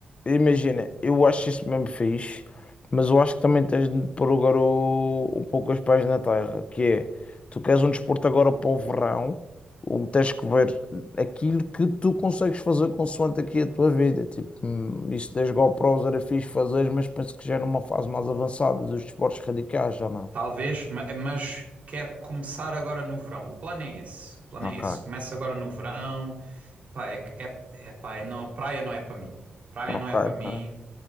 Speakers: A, on the left; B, on the right.
A: Imagina, eu acho isso mesmo fixe, mas eu acho que também tens de pôr o garo um pouco os pés na terra, que é, tu queres um desporto agora para o verão, ou tens que ver aquilo que tu consegues fazer consoante aqui a tua vida, tipo, hum, isso das GoPros era fixe fazer, mas penso que já é numa fase mais avançada dos desportos radicais, já não?
B: Talvez, ma- mas quer começar agora no verão. O plano é esse. O plano
A: Ok,
B: é esse. Começa agora no verão. Epá, é, que- é, epá, é não, praia não é para mim. Praia
A: Ok,
B: não é
A: ok.
B: para mim.